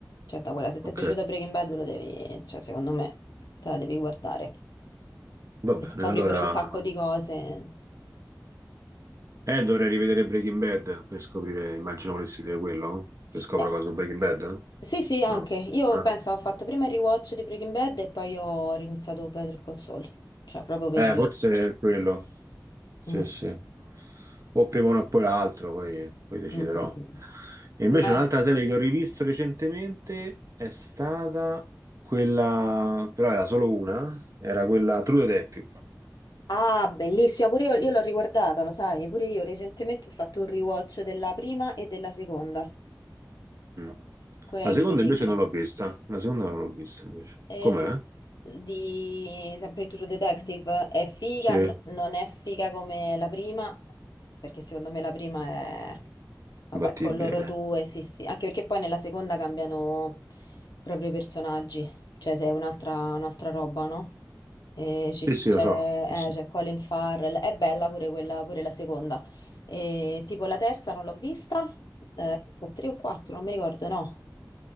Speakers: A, on the left; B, on the right.
A: C'è da guardare. Se ti
B: Ok,
A: è piaciuta Breaking Bad, lo devi, cioè, secondo me, te la devi guardare
B: va
A: che
B: bene,
A: scopri
B: allora...
A: pure un sacco di cose.
B: Eh, dovrei rivedere Breaking Bad per scoprire, immagino volessi dire quello, che scopro
A: Ne-
B: cosa su Breaking Bad?
A: Sì, sì, anche.
B: No.
A: Io
B: Ah.
A: penso ho fatto prima il rewatch di Breaking Bad e poi ho riniziato Better Call Saul. Cioè, proprio per...
B: Eh, forse è quello. Sì,
A: Mm,
B: sì. O prima uno o poi l'altro, poi, poi deciderò.
A: mm, mm, mm.
B: E invece
A: Ma...
B: un'altra serie che ho rivisto recentemente è stata quella, però era solo una, era quella True Detective.
A: Ah, bellissima, pure io, io l'ho riguardata, lo sai, pure io recentemente ho fatto un rewatch della prima e della seconda.
B: Mm.
A: Quello
B: La
A: è incredibile.
B: seconda invece non l'ho vista, la seconda non l'ho vista invece.
A: Eh,
B: Com'è?
A: l'ho chiesto di sempre di True Detective è figa,
B: Sì,
A: n- non è figa come la prima, perché secondo me la prima è, vabbè,
B: imbattibile.
A: con loro due, sì, sì, anche perché poi nella seconda cambiano proprio i personaggi, cioè sei un'altra un'altra roba, no? E ci
B: Sì,
A: s-
B: sì,
A: c'è
B: lo so. Sì, sì.
A: eh, c'è Colin Farrell, è bella pure quella, pure la seconda. E tipo la terza non l'ho vista, eh, sono tre o quattro, non mi ricordo, no.